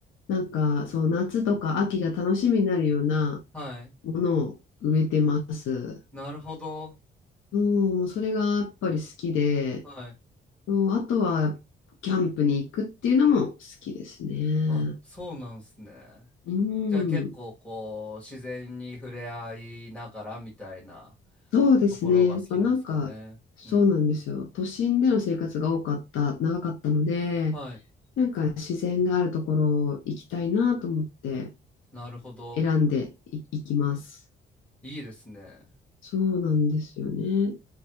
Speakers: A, on the left; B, in the centre.
A: なんか、そう、夏とか秋が楽しみになるような
B: はい。
A: ものを植えてます。
B: なるほど。
A: そう、もうそれがやっぱり好きで、
B: はい。
A: そう、あとは、キャンプに行くっていうのも好きですね。
B: あ、そうなんですね。
A: うん、
B: じゃあ結構こう、自然に触れ合いながらみたいな
A: そうですね。
B: ところが好きなんですかね。
A: やっぱなんか、そうなんですよ。
B: うん。
A: 都心での生活が多かった、長かったので、
B: はい。
A: なんか自然があるところを行きたいなと思って
B: なるほど。
A: 選んでい、行きます。
B: いいですね。
A: そうなんですよね。